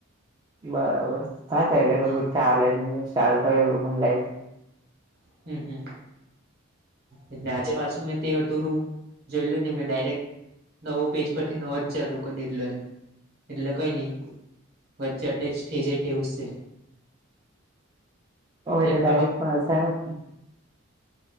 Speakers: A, on the right; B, on the right.
A: બરાબર હા ચાલે
B: હમ
A: તો બ ચાલ હ ત ચાલતોય એવું પણને લાગ
B: હમ હમ એટલે આજે પાછું મેં તે અધૂરું જોયલુંધું એ ડાયરેક્ટ નવું પેજ પરથી નવુ જ ચાલુ કરી દીધેલો એમ એટલે કઈ નહી વચ્ચે અટેચ થઇ જાય તેવું છે છે
A: ઓ એ તો ડાયરેક્ટ પણ અસામેનટ